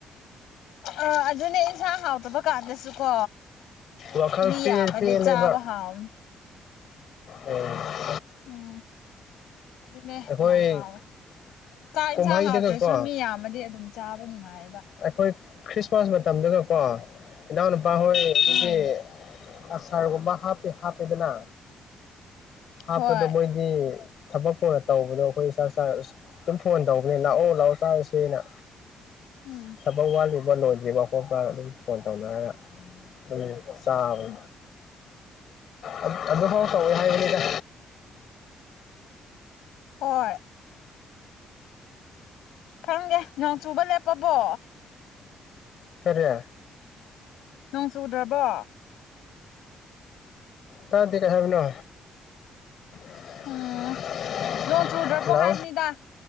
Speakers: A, on the left; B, on the left.
A: ꯑꯥ ꯑꯗꯨꯅꯦ ꯏꯟꯁꯥꯡ ꯍꯥꯎꯇꯕ ꯀꯥꯟꯗꯁꯨꯀꯣ
B: ꯋꯥꯈꯜ
A: ꯃꯤ
B: ꯄꯦꯜ
A: ꯌꯥꯝꯃꯗꯤ
B: ꯄꯦꯜꯂꯦꯕ
A: ꯆꯥꯕ ꯍꯥꯎꯕꯅꯤ
B: ꯑꯣ
A: ꯎꯝ ꯑꯗꯨꯅꯦ
B: ꯑꯩꯈꯣꯏ
A: ꯌꯥꯝ ꯍꯥꯎꯋꯦ ꯆꯥꯛ
B: ꯀꯨꯝꯍꯩꯗꯒꯀꯣ
A: ꯏꯟꯁꯥꯡ ꯍꯥꯎꯇ꯭ꯔꯁꯨ ꯃꯤ ꯌꯥꯝꯃꯗꯤ ꯑꯗꯨꯝ ꯆꯥꯕ ꯅꯨꯡꯉꯥꯏꯌꯦꯕ
B: ꯑꯩꯈꯣꯏ ꯈ꯭ꯔꯤꯁꯃꯥꯁ ꯃꯇꯝꯗꯒꯀꯣ ꯏꯅꯥꯎꯅꯨꯄꯥ ꯍꯣꯏ ꯑꯗꯨꯒꯤ
A: ꯎꯝ
B: ꯑꯁꯔꯒꯨꯝꯕ ꯍꯥꯞꯄꯤ ꯍꯥꯞꯄꯦꯗꯅ ꯍꯥꯞꯄꯗꯣ
A: ꯍꯣꯏ
B: ꯃꯣꯏꯗꯤ ꯊꯕꯛ ꯀꯣꯟꯅ ꯇꯧꯕꯗꯣ ꯑꯈꯣꯏ ꯆꯥꯛ ꯆꯥꯔ ꯑꯗꯨꯝ ꯐꯣꯟ ꯇꯧꯕꯅꯦ ꯂꯥꯛꯑꯣ ꯂꯥꯛꯑꯣ ꯆꯥꯔꯁꯦꯅ
A: ꯎꯝ
B: ꯊꯕꯛ ꯋꯥꯠꯂꯤꯕ ꯂꯣꯏꯗ꯭ꯔꯤꯕ ꯈꯣꯠꯄ꯭ꯔꯥꯅ ꯑꯗꯨꯝ ꯐꯣꯟ ꯇꯧꯅꯔꯒ ꯗꯨꯝ ꯆꯥꯕꯅꯦ
A: ꯎꯝ
B: ꯑꯠ ꯑꯗꯨ ꯐꯥꯎ ꯇꯧꯋꯦ ꯍꯥꯏꯕꯅꯦꯗ
A: ꯍꯣꯏ ꯈꯪꯒꯦ ꯅꯣꯡ ꯆꯨꯕ ꯂꯦꯞꯄꯕꯣ
B: ꯀꯔꯤ
A: ꯅꯣꯡ ꯆꯨꯗ꯭ꯔꯕꯣ
B: ꯇꯥꯗꯦ ꯀꯩ ꯍꯥꯏꯕꯅꯣ <unintelligible>
A: ꯎꯝ ꯅꯣꯡ ꯆꯨꯗ꯭ꯔꯕꯣ
B: ꯍꯜꯂꯣ
A: ꯍꯥꯏꯝꯅꯤꯗ